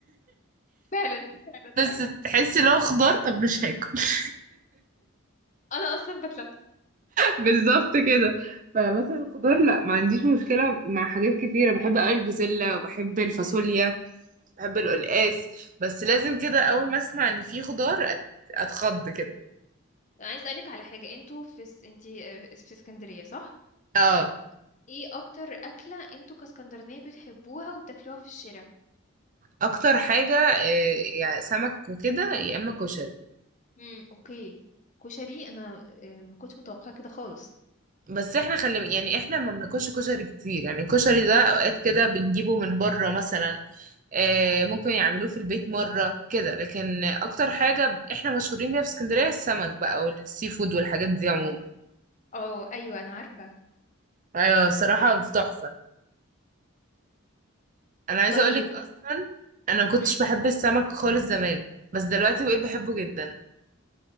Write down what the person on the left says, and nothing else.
فعلا فعلا
ايوه
انا اصلا بتلف
عايز اسالك على حاجه انتوا في اس... انتي آه، في اسكندريه صح
ايه اكتر اكله انتوا كاسكندرانيه بتحبوها وبتاكلوها في الشارع
امم اوكي كشري انا آه، ما كنتش متوقعه كده خالص
مم.
اه ايوه انا عارفه
طيب
مم.